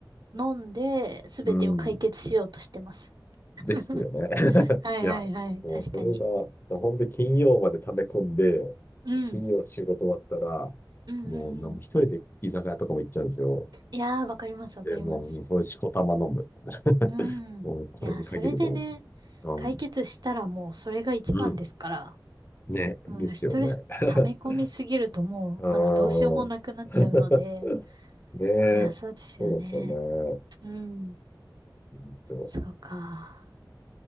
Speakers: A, on the right; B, on the left.
A: 飲んで、すべてを解決しようとしてます。
B: うん、ですよね。
A: <laughs>
B: <laughs>
A: はいはいはい、
B: いや、もうそれが、
A: 確かに。
B: 本当に金曜まで溜め込んで、
A: うん。
B: 金曜仕事終わったら、
A: うんうんうん。
B: もう、なんも一人で居酒屋とかも行っちゃうんですよ。
A: いやー、わかりますわかります。
B: で、もう、もうそういうしこたま飲む。<laughs>
A: うん。
B: もう、これに限ると思って。
A: いやー、それでね、
B: うん。
A: 解決したらもうそれが一番ですから、
B: うん。ね、
A: もうなんかストレス溜め込みすぎるともうなんかどうしようもなくなっちゃうので、
B: ですよね。<laughs> うん。<laughs> で、
A: いやー、そうですよね。
B: そうですよね。
A: うん。
B: うんと、
A: そうか。